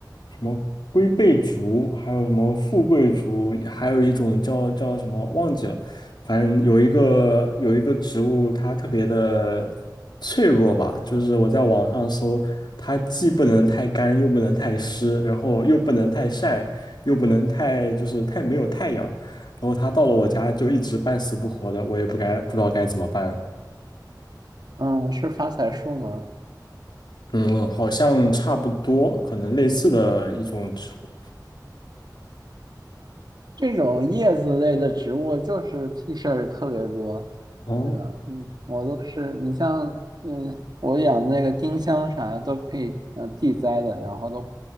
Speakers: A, on the left; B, on the right.
A: 什么龟背竹，还有什么富贵竹，还有一种叫叫什么忘记了，反正有一个有一个植物，它特别的脆弱吧，就是我在网上搜，它既不能太干，又不能太湿，然后又不能太晒，又不能太就是太没有太阳，然后它到了我家就一直半死不活的，我也不该不知道该怎么办了。
B: 嗯，是发财树吗？
A: 嗯，好像差不多，可能类似的一种植物。
B: 这种叶子类的植物就是屁事儿特别多，
A: 哦，
B: 对吧？嗯，我都是，你像，嗯，我养那个丁香啥的都可以，嗯，地栽的，然后都